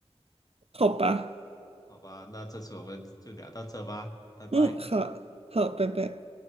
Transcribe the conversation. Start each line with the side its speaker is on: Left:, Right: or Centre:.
Right: 好吧。
Left: 好吧？那这次我们就聊到这吧，拜拜。
Right: 嗯，好好，拜拜。